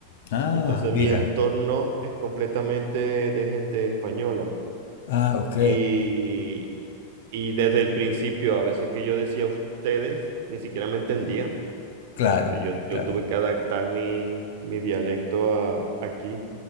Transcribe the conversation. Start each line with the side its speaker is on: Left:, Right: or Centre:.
Left: Ah,
Right: entonces
Left: mira.
Right: mi entorno es completamente de gente española.
Left: Ah, ok.
Right: Y, y desde el principio, a veces que yo decía ustedes, ni siquiera me entendían.
Left: Claro,
Right: O sea, yo, yo
Left: claro.
Right: tuve que adaptar mi, mi dialecto a, aquí